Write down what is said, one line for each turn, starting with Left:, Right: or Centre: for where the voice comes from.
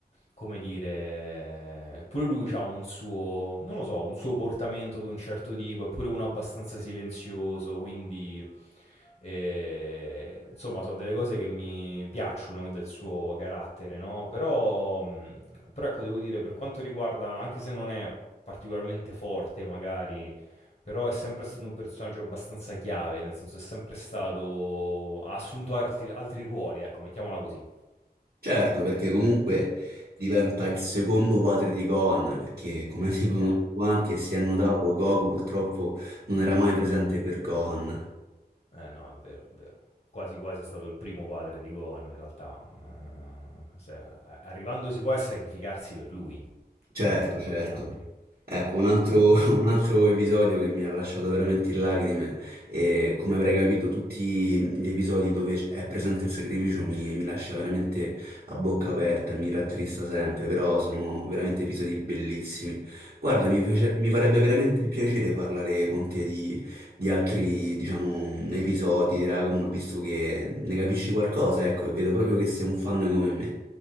Left: come dire, pure lui ha un suo, non lo so, un suo portamento di un certo tipo, è pure uno abbastanza silenzioso, quindi... E, insomma, sono delle cose che mi piacciono del suo carattere, no? Però, mh, però ecco, devo dire, per quanto riguarda, anche se non è particolarmente forte, magari, però è sempre stato un personaggio abbastanza chiave, nel senso è sempre stato, ha assunto altri, altri ruoli, ecco, mettiamola così.
Right: Certo, perché comunque diventa il secondo padre di Gohan, perché come <laughs> dicono
Left: Eh,
Right: tutti quanti e si è notato, Goku purtroppo non era mai presente per Gohan.
Left: eh, no, è vero, è vero. Quasi quasi è stato il primo padre di Gohan, in realtà. Eh, se- a- arrivandosi poi a sacrificarsi per lui,
Right: Certo,
Left: ricordiamoci.
Right: certo. Ecco, un altro, <laughs> un altro episodio che mi ha lasciato veramente in lacrime e come avrei capito tutti gli episodi dove è presente il sacrificio mi, mi lascia veramente a bocca aperta, mi rattrista sempre, però sono veramente episodi bellissimi. Guarda, mi, face-
Left: Eh.
Right: mi farebbe veramente piacere parlare con te di, di altri, diciamo, episodi di Dragon Ball, visto che ne capisci qualcosa, ecco, e vedo proprio che sei un fan come me.